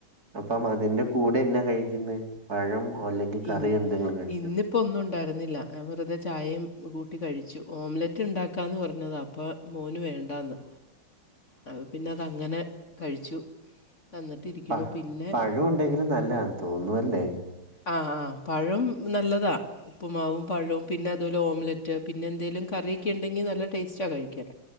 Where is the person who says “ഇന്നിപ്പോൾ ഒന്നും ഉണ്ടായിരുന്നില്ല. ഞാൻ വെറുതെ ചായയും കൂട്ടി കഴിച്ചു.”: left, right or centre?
Left